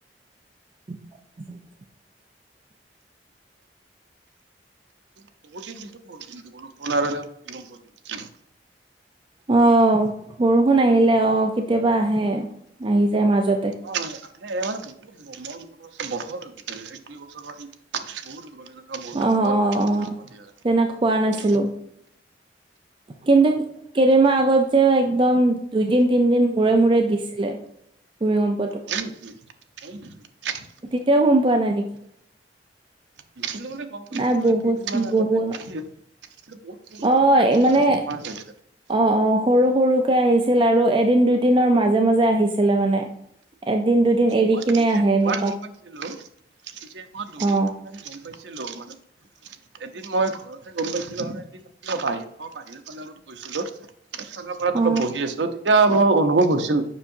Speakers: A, on the right; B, on the right.
A: <inaudible>
B: <unintelligible>
A: অঁ বৰষুণ আহিলে অঁ কেতিয়াবা আহে, আহি যায় মাজতে।
B: অঁ আহে মানে বহুত মোৰ মনত আছে, বছৰ হৈ গ'ল চাগে? দুই বছৰ আহি বহুত হৈ গ'ল ৰে <unintelligible> তো বৰষুণ
A: অ
B: অলত
A: অ অ
B: তেনেকুৱা দিয়ে
A: তেনেকে পোৱা নাছিলো
B: ন?
A: কিন্তু কেইদিনমান আগত যে একদম দুইদিন, তিনদিন মূৰে-মূৰে দিছিলে ভূমিকম্পটো।
B: হয় <unintelligible>
A: এতিয়াও গম পোৱা নাই নেকি?
B: দিছিলো মানে গম পাইছিলো,
A: নাই বহুত
B: কেইদিনমান আগততে
A: বহুত
B: দিছিল, <unintelligible>
A: অ মানে
B: গম পোৱা নায় চাগে?
A: অ অ সৰু সৰুকে আহিছিল আৰু এদিন দুইদিনৰ মাজে-মাজে আহিছিলে মানে। এদিন দুদিন এৰি।
B: মই
A: কিনে আহে
B: দুবাৰ
A: এনেকুৱা
B: গম পাইছিলো, পিছে মই দুদিন
A: অ
B: মান গম পাইছিলো, মানে এদিন মই ঘৰতে গম পাইছিলো আৰু এদিন আ বাহিৰ বাহিৰৰ ফালে অলপ গৈছিলো, খানাপাৰাত
A: অ
B: অলপ বহি আছিলোঁ এয়া মোৰ অনুভৱ হৈছিল,